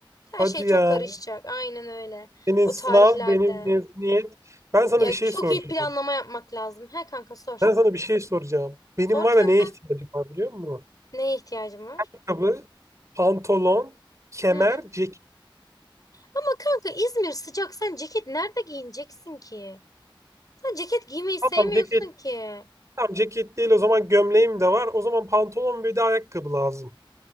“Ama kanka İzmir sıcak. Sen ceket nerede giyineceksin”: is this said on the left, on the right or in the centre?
Left